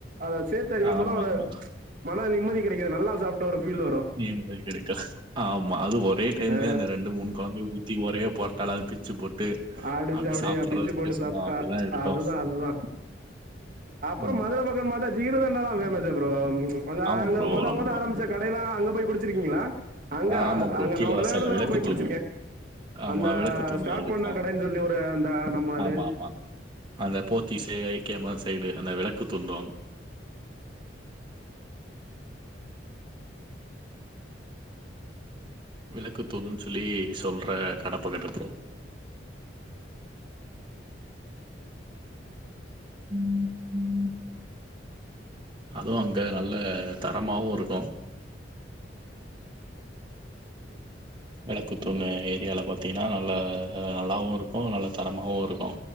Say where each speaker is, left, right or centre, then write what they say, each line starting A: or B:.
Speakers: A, on the right (about 45°); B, on the right (about 25°).
A: அத சேத்து அடிக்கும்
B: ஆமா
A: போதா ஒரு
B: ஆமா
A: மன நிம்மதி கெடைக்கிது நல்லா சாப்ட ஒரு ஃபீல் வரு
B: னிய மாரி கெடைக்கா ஆம்மா அது ஒரே டைம்லியே
A: ஆ
B: அந்த ரெண்டு மூன் கொழப்பி ஊத்தி ஒரே பொரட்டால அத பிச்சு போட்டு
A: ஆடிச்சு
B: அப்டி
A: அப்டியே
B: சாப்புட்றதுக்கு
A: பிச்சு போட்டு
B: சும்மா
A: சாப்ட்டா
B: அப்டிதா இருக்கு
A: அதுதா அதுதா அப்றோ
B: ம்
A: மதுர பக்கம் பாத்தா ஜீகர்தண்டதா ஃபேமஸ்சே ப்ரோ அதா
B: ஆமா
A: அங்க
B: ப்ரோ
A: மொத
B: நம்ம
A: மொத ஆரம்பிச்ச கடயெலா அங்க போய் குடிச்சிருக்கீங்களா அங்க
B: ஆமா ப்ரோ
A: அங்க
B: கீழ
A: நா ஒரே
B: வாசல்ல
A: ஒரு தடவ
B: விளக்கு
A: போய்
B: தூண்
A: குடிச்சிருக்கே
B: ஆமா
A: அந்த
B: விளக்கு தூண்ல
A: ஸ்டார்ட்
B: இருக்கு
A: பண்ண கடைன் சொல்லி ஒரு அந்த நம்ம அது
B: ஆமா
A: எந்
B: ஆமா அந்த போத்திஸ்சே ஐ கே மா சைடு அந்த வெளக்குத் துந்தோ விளக்குத் தூணுன் சொல்லி சொல்ற கடப் பக்கத்துல ப்ரோ ம் ம் அதுவு அங்க நல்ல தரமாவு இருக்கு விளக்குத்தூண ஏரியால பாத்திங்கனா நல்லா நல்லாவு இருக்கு நல்ல தரமாவு இருக்கு